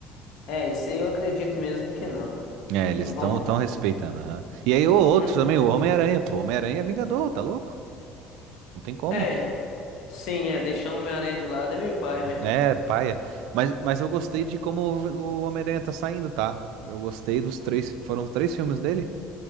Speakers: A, on the left; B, on the right.
A: é, isso aí eu acredito mesmo que não.
B: É, eles
A: Não
B: estão
A: vão. fa-
B: tão tão respeitando, aham. E aí o outro
A: Hum,
B: também, o Homem-Aranha, pô. Homem-Aranha é Vingador, tá louco? Não tem como.
A: É, sim, é. Deixar o Homem-Aranha de lado é meio paia mesmo.
B: É, paia. Mas, mas eu gostei de como o o Homem-Aranha tá saindo, tá? Eu gostei dos três, foram os três filmes dele?